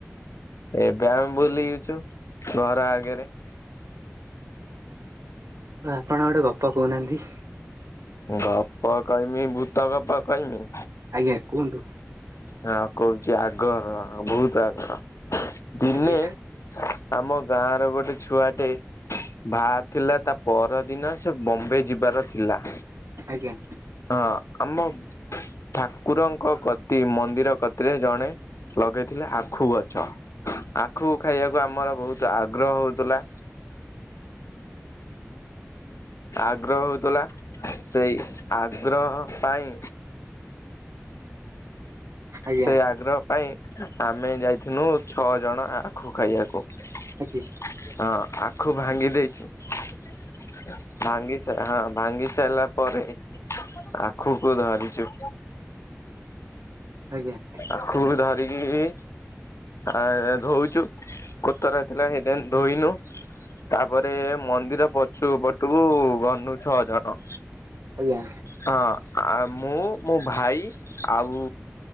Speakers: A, on the left (about 75°); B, on the right (about 80°).
A: ଏବେ ଆମେ ବୁଲିଚୁ ଘର ଆଗେରେ।
B: ଆପଣ ଗୋଟେ ଗପ କହୁନାହାନ୍ତି?
A: ଗପ କହିମି ଭୂତ ଗପ କହିମି?
B: ଆଜ୍ଞା କୁହନ୍ତୁ।
A: ହଁ କହୁଚି ଆଗର ବହୁତ୍ ଆଗର ଦିନେ
B: ଆଜ୍ଞା
A: ଆମ ଗାଁ ର ଗୋଟେ ଛୁଆଟେ ବାହାରେ ଥିଲା ତା ପର ଦିନ ସେ ବମ୍ବେ ଯିବାର ଥିଲା
B: ଆଜ୍ଞା।
A: ହଁ ଆମ ଠାକୁରଙ୍କ କତି ମନ୍ଦିର କତିରେ ଜଣେ ଲଗେଇଥିଲେ ଆଖୁ ଗଛ ଆଖୁ ଖାଇବାକୁ ଆମର ବହୁତୁ ଆଗ୍ରହ ହଉଥିଲା ଆଗ୍ରହ ହଉଥିଲା ସେଇ ଆଗ୍ରହ ପାଇଁ
B: ଆଜ୍ଞା
A: ସେଇ ଆଗ୍ରହ ପାଇଁ ଆମେ ଯାଇଥିଲୁ ଛଅ ଜଣ ଖୁ ଖାଇବାକୁ ହଁ
B: ଆଜ୍ଞା
A: ଆଖୁ ଭାଙ୍ଗି ଦେଇଚୁ ଭାଙ୍ଗି ହଁ ଭାଙ୍ଗି ସାରିଲା ପରେ ଆଖୁକୁ ଧରିଚୁ
B: ଆଜ୍ଞା।
A: ଆଖୁକୁ ଧରିକି ଆ- ଧଉଚୁ କୋତରା ଥିଲା ହେଇତିପାଇଁ ଧୋଇନୁ ତାପରେ ମନ୍ଦିର ପଛୁ ପଟୁକୁ ଗନୁ ଛଅ ଜଣ।
B: ଆଜ୍ଞା।
A: ହଁ- ଆ ମୁଁ ମୋ ଭାଇ ଆଉ